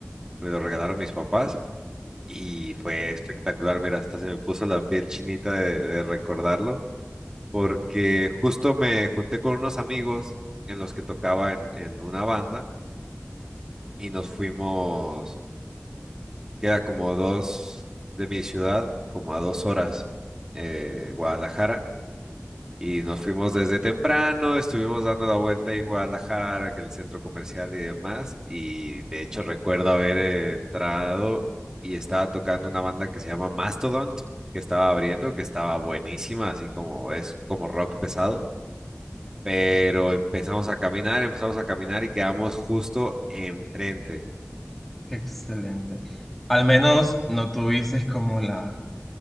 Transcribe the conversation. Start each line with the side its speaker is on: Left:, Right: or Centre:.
Right: me lo regalaron mis papás. Y fue espectacular, mira, hasta se me puso la piel chinita de, de recordarlo, porque justo me junté con unos amigos en los que tocaba en, en una banda y nos fuimos, queda como dos de mi ciudad, como a dos horas, eh, Guadalajara. Y nos fuimos desde temprano, estuvimos dando la vuelta ahí en Guadalajara, que el centro comercial y demás. Y de hecho recuerdo haber eh, entrado y estaba tocando una banda que se llama Mastodon, que estaba abriendo, que estaba buenísima, así como es como rock pesado. Pero empezamos a caminar, empezamos a caminar y quedamos justo enfrente.
Centre: Excelente. Al menos no tuviste como la